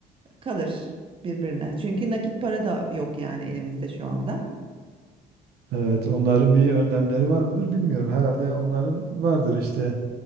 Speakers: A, on the right; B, on the right.
A: kalır birbirine. Çünkü nakit para da yok yani elimizde şu anda.
B: Evet, onların bir önlemleri var mıdır bilmiyorum. Herhalde onların vardır işte